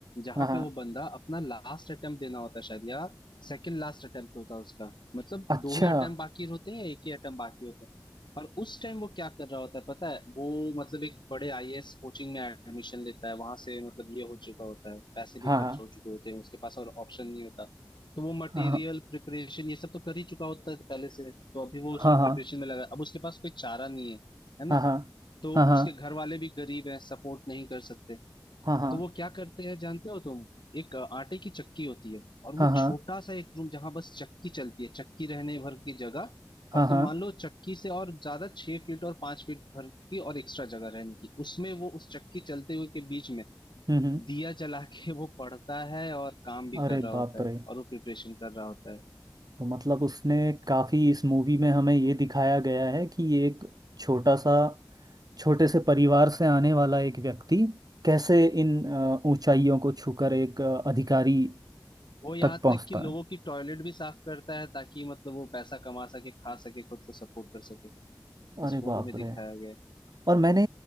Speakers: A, on the left; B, on the right.
A: जहां
B: हाँ हाँ
A: पे वो बंदा अपना लास्ट अटेम्प्ट देना होता है शायद या सेकंड लास्ट अटेम्प्ट होता है उसका मतलब
B: अच्छा
A: दो ही अटेम्प्ट बाकी होते हैं या एक ही अटेम्प्ट बाकी होते हैं और उस टाइम वो क्या कर रहा होता है पता है वो मतलब एक बड़े आईएएस कोचिंग में एडमिशन लेता है वहां से मतलब ये हो चुका होता है पैसे भी
B: हाँ
A: खर्च
B: हाँ
A: हो चुके होते हैं उसके पास और ऑप्शन नहीं होता तो वो मटेरियल
B: हाँ
A: प्रिपरेशन ये सब तो कर ही चुका होता है पहले से तो अभी वो उसपे
B: हाँ हाँ
A: प्रिपरेशन में लगा है। अब उसके पास कोई चारा नहीं है है ना
B: हाँ हाँ
A: तो
B: हाँ
A: उसके घर वाले भी गरीब हैं सपोर्ट नहीं कर सकते
B: हाँ हाँ
A: तो वो क्या करते हैं जानते हो तुम एक अ, आटे की चक्की होती है और वो
B: हाँ हाँ
A: छोटा
B: हाँ
A: सा एक रूम जहां बस चक्की चलती है चक्की रहने भर की जगह
B: हाँ
A: और
B: हाँ,
A: तुम मान लो चक्की से और ज्यादा छह फीट और पांच फीट भर की और एक्स्ट्रा जगह रहने की उसमें वो उस चक्की चलते हुए के बीच में
B: हम्म हम्म।
A: दिया जला के वो पढ़ता है और काम भी
B: अरे
A: कर रहा होता
B: बाप
A: है
B: रे
A: और वो प्रिपरेशन कर रहा होता है
B: तो मतलब उसने काफी इस मूवी में हमें ये दिखाया गया है कि ये एक छोटा सा छोटे से परिवार से आने वाला एक व्यक्ति कैसे इन अ, ऊंचाइयों को छूकर एक अ, अधिकारी
A: वो यहाँ
B: तक पहुंचता
A: तक कि लोगों
B: है
A: की टॉयलेट भी साफ करता है ताकि मतलब वो पैसा कमा सके खा सके खुद को सपोर्ट कर सके इस
B: अरे बाप
A: मूवी में दिखाया
B: रे
A: गया है
B: और मैंने